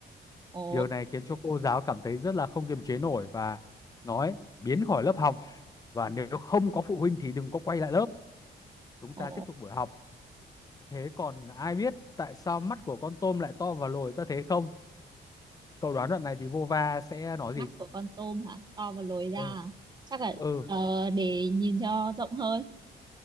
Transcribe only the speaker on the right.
ồ
<laughs>
ồ
mắt
của con tôm hả to và lồi ra
à? chắc là
ờ, để nhìn cho rộng hơn